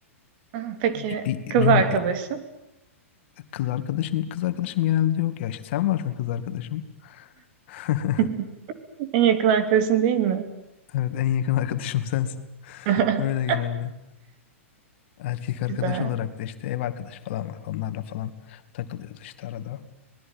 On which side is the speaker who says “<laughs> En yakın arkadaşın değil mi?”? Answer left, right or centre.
Right